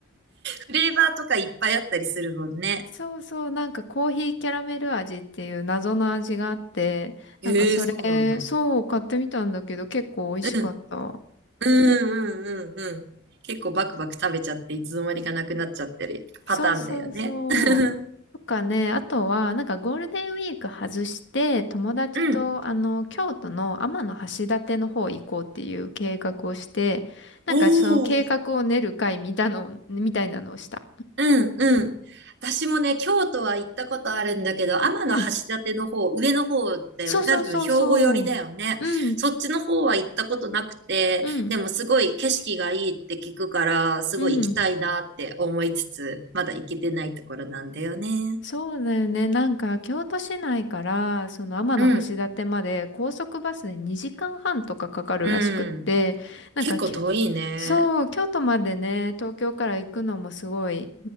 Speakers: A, on the right (about 55°); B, on the left (about 60°).
A: フレーバーとかいっぱいあったりするもんね。
B: <laughs> そうそう、なんかコーヒーキャラメル味っていう謎の味があって、なんかそれ、
A: ええそうなんだ。
B: そう、買ってみたんだけど、結構美味しかった。
A: うん。うんうんうんうん。結構バクバク食べちゃって、いつの間にかなくなっちゃってるパターンだよね。
B: そうそうそう。
A: <laughs>
B: とかね、あとは、なんかゴールデンウィーク外して、友達と、
A: うん。
B: あの、京都の天橋立の方行こうっていう計画をして、なんかその計画を練る会みたいの、
A: おー
B: みたいなのをした。
A: うん、うん。私もね、京都は行ったことあるんだけど、天橋立の方、
B: うん。
A: 上の方だよね。
B: そうそうそうそう。
A: 多分、兵庫寄りだよね。
B: うん、
A: そっちの方は行ったことなくて、
B: うん、
A: でもすごい景色がいいって聞くから、すごい行きたいなって思いつつ、
B: うん。
A: まだ行けてないところなんだよね。
B: そうだよね。なんか、京都市内から、その天橋立まで高速バスで2時間半とかかかるらしくって、
A: うん、うん。
B: なんか、
A: 結構遠いね。
B: きそう、京都までね、東京から行くのもすごい